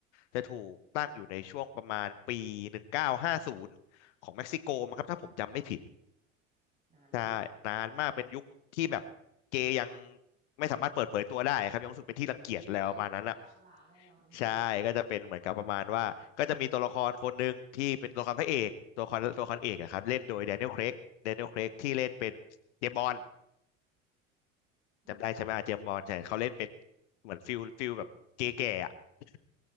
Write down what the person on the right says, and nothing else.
นานมาก
อุ้ยยากลำบากแน่นอน
อืมค่ะ